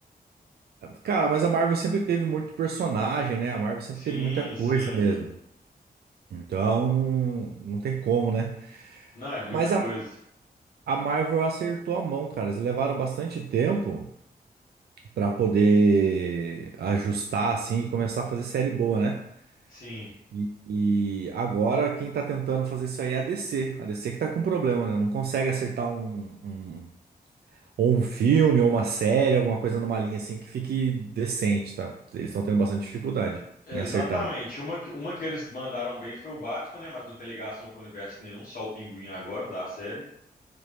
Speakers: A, on the right (about 80°); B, on the left (about 60°).
A: Cara, mas a Marvel sempre teve muito personagem, né? A Marvel sempre
B: Sim,
A: teve muita coisa
B: sim.
A: mesmo. Então não, não tem como, né?
B: Não, é muita
A: Mas
B: coisa.
A: a, a Marvel acertou a mão, cara. Eles levaram bastante tempo pra poder ajustar assim e começar a fazer série boa, né?
B: Sim,
A: E, e agora quem tá tentando fazer isso aí é a DC. A DC que tá com problema, né? Não consegue acertar um, um, ou um filme ou uma série, alguma coisa numa linha assim que fique decente, tá? Eles estão tendo bastante dificuldade
B: Exatamente.
A: em acertar.
B: Uma, que- uma que eles mandaram bem foi o Batman, né? Mas não tem ligação com o universo nenhum, só o Pinguim agora da série.